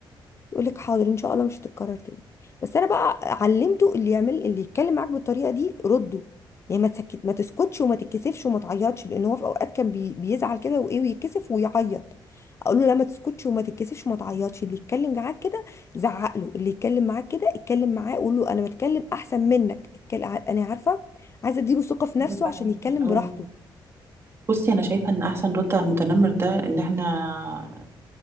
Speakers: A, on the left; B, on the right.
A: يقول لك حاضر ان شاء الله مش هتتكرر تاني بس انا بقى علمته اللي يعمل اللي يتكلم معاك بالطريقه دي رده يعني ما تسكت ما تسكتش وما تتكسفش وما تعيطش لان هو في اوقات كان بي... بيزعل كده وايه ويتكسف ويعيط اقول له لا ما تسكتش وما تتكسفش وما تعيطش اللي يتكلم معاك كده زعق له اللي يتكلم معاك كده اتكلم معاه قول له انا بتكلم احسن منك اتكلم انا عارفه عايزه اديله ثقه في نفسه
B: ايوه فاهمكي
A: عشان يتكلم
B: اه
A: براحته
B: بصي انا شايفه ان احسن رد على المتنمر ده ان احنا